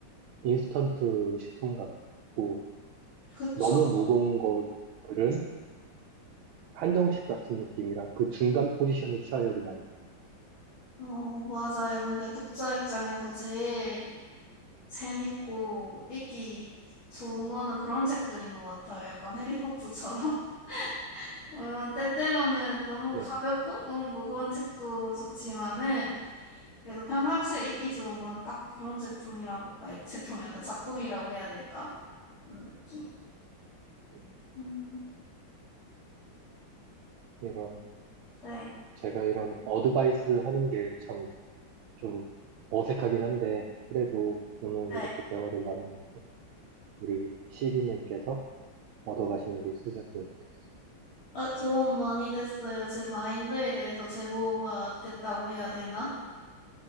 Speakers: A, on the right (about 80°); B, on the left (about 80°).
A: 인스턴트 식품 같고,
B: 그쵸.
A: 너무 무거운 거 글은 한정식 같은 느낌이라 그 중간 포지션을 취하려고 많이 해요.
B: 어, 맞아요. 근데 독자 입장에서 제일 재밌고 읽기 좋은 거는 그런 책들인 것 같아요. 약간 해리포터처럼. <laughs> 어, 때때로는 너무
A: 네.
B: 가볍고 너무 무거운 책도 좋지만은 그래도 평상시에 읽기 좋은 거는 딱 그런 제품이라고, 아니, 제품이란다. 작품이라고 해야 될까? 그런 느낌?
A: 음,
B: 음,
A: 이런,
B: 네.
A: 제가 이런 어드바이스를 하는 게 참 좀 어색하긴 한데, 그래도 오늘
B: 네.
A: 이렇게 대화를 나누면서 우리 시비님께서 얻어가시는 게 있으셨으면 좋겠어요.
B: 어, 도움 많이 됐어요. 제 마인드에 대해서 재고가 됐다고 해야 되나?